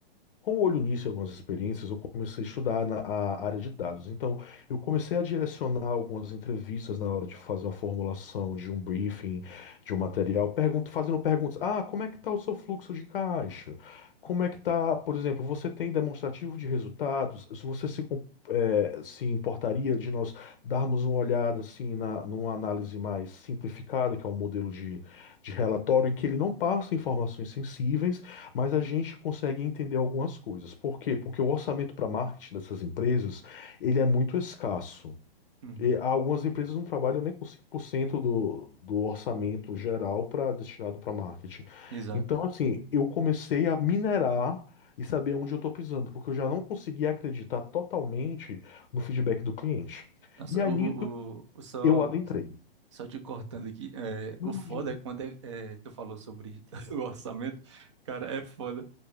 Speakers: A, on the left; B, on the right.
A: Com o olho nisso e algumas experiências, eu comecei a estudar na, a área de dados. Então, eu comecei a direcionar algumas entrevistas na hora de fazer uma formulação de um briefing, de um material, pergunto, fazendo perguntas. Ah, como é que está o seu fluxo de caixa? Como é que está, por exemplo, você tem demonstrativo de resultados? Se Você se, com- eh, se importaria de nós darmos uma olhada assim na, numa análise mais simplificada, que é um modelo de, de relatório, em que ele não passa informações sensíveis mas a gente consegue entender algumas coisas. Por quê? Porque o orçamento para marketing dessas empresas, ele é muito escasso.
B: Uhum.
A: E algumas empresas não trabalham nem com 5% do, do orçamento geral para destinado para marketing.
B: Exato.
A: Então, assim, eu comecei a minerar e saber onde eu estou pisando, porque eu já não conseguia acreditar totalmente no feedback do cliente.
B: Nossa,
A: E aí,
B: o,
A: nisso,
B: o, o- o- só
A: eu adentrei.
B: Só te cortando aqui, é,
A: Não
B: o
A: imagino.
B: foda é quando é, é, tu falou sobre <laughs> o orçamento, cara, é foda.